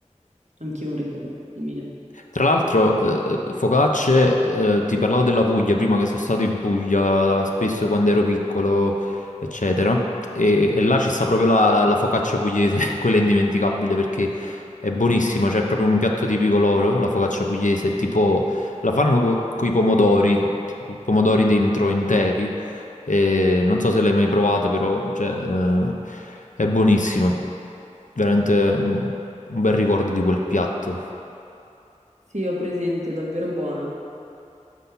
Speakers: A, on the right; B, on the left.
A: anche un ricordo simile.
B: Tra l'altro, eh, eh, focacce, eh, ti parlavo della Puglia prima che sono stato in Puglia spesso quando ero piccolo, eccetera. E, e là ci sta proprio la, la focaccia pugliese, <laughs> quella è indimenticabile perché è buonissima, cioè è proprio un piatto tipico loro, la focaccia pugliese, è tipo la fanno con i pomodori, tipo pomodori dentro interi. E non so se l'hai mai provata, però cioè, eh, è buonissima. Veramente mm, un bel ricordo di quel piatto.
A: Sì, ho presente, è davvero buona.